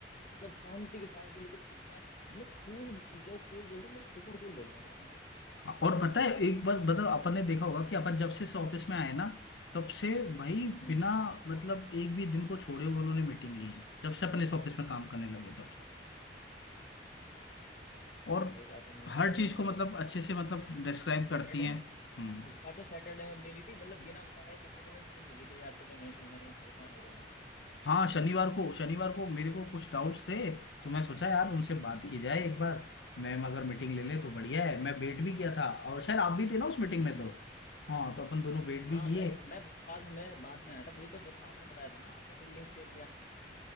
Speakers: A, on the left; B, on the left.
A: मतलब शांति के साथ बिल्कुल कितना मतलब कूल लोग कूल बोलते हैं मैं तो सुपर कूल बोलता हूँ यार उनको
B: हाँ, और पता है एक बार बताओ अपन ने देखा होगा कि अपन जब से इस ऑफिस में आए ना तब से भाई
A: हम्म
B: बिना मतलब एक भी दिन को छोड़े हुए उन्होंने मीटिंग ली है जब से अपन इस ऑफिस में काम करने लगे तब से और
A: भाई वाकई मैं
B: हर
A: तो
B: चीज को मतलब अच्छे से मतलब डिस्क्राइब
A: और सैटरडे
B: करती हैं
A: में
B: हम्म
A: इस बार तो सैटरडे में ले ली थी मतलब बिना बताए सैटरडे में मीटिंग ले ली कि यार चलो नहीं कहीं ना कहीं परेशान हो रहे होंगे
B: हाँ
A: बंदे
B: शनिवार को शनिवार को मेरे को कुछ डाउट्स थे तो मैं सोचा यार उनसे बात
A: हम्म
B: की जाए एक बार मैम अगर मीटिंग ले लें तो बढ़िया है मैं वेट भी किया था और शायद आप भी थे ना उस मीटिंग
A: हम्म
B: में तो
A: हम्म।
B: हाँ तो अपन दोनों वेट भी
A: हाँ
B: किए
A: मैं मैं बाद में बाद में आया था मुझे तो जब आपने बताया था ना आपने फिर लिंक शेयर किया